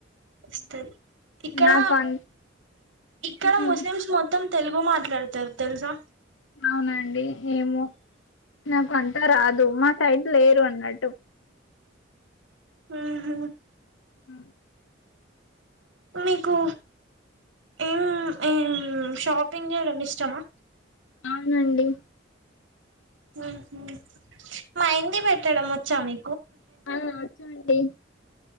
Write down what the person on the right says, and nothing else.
వస్తది ఇక్కడ
ఇక్కడ
ముస్లిమ్స్ మొత్తం తెలుగు మాట్లాడతారు తెలుసా
ఉహ్మ్
మీకు ఏం ఏం షాపింగ్ చేయడమిష్టమా
హ్మ్ మహైందీ పెట్టడం వచ్చా మీ